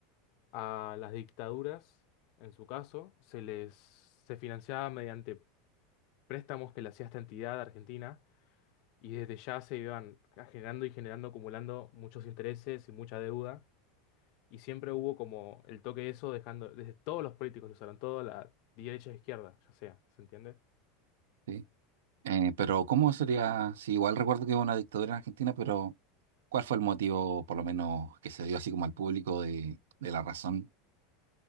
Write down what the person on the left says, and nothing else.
a las dictaduras, en su caso, se les se financiaba mediante préstamos que le hacía esta entidad argentina y desde ya se iban generando y generando, acumulando muchos intereses y mucha deuda. Y siempre hubo como el toque de eso, dejando, desde todos los políticos lo usaron, toda la derecha e izquierda, ya sea, ¿se entiende?